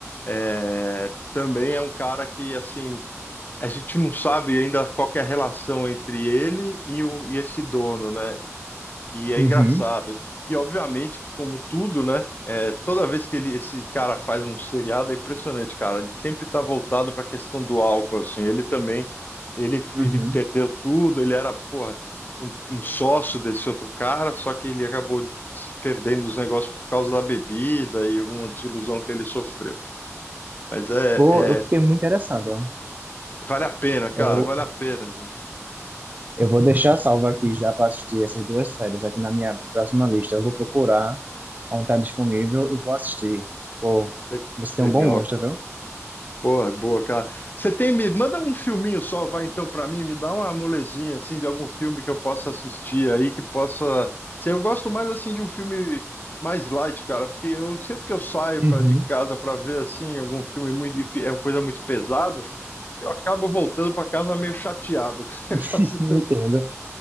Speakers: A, on the left; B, on the right.
A: é, também é um cara que, assim, a gente não sabe ainda qual que é a relação entre ele e, o, e esse dono, né? E é
B: Uhum.
A: engraçado. E obviamente que, como tudo, né? é, toda vez que ele, esse cara faz um seriado, é impressionante, cara. Ele sempre está voltado para a questão do álcool, assim. Ele também, ele,
B: Uhum.
A: ele perdeu tudo. Ele era, porra, um sócio desse outro cara, só que ele acabou perdendo os negócios por causa da bebida e alguma desilusão que ele sofreu. Mas é,
B: Pô, eu fiquei
A: é-
B: muito interessado, ó.
A: vale a pena, cara,
B: Eu,
A: vale a pena.
B: eu vou deixar salvo aqui já para assistir essas duas séries aqui na minha próxima lista. Eu vou procurar onde está disponível e vou assistir. Pô,
A: Le-
B: você
A: Legal.
B: tem um bom gosto, viu?
A: Porra, boa, cara. Você tem me manda um filminho só, vai então pra mim, me dá uma molezinha assim de algum filme que eu possa assistir aí que possa. Sei, Eu gosto mais assim de um filme mais light, cara, porque eu sempre que eu saio
B: Uhum.
A: para de casa pra ver assim algum filme muito difí- é uma coisa muito pesada, eu acabo voltando pra casa meio chateado. <laughs> Eu
B: <laughs>
A: gosto-
B: Entendo.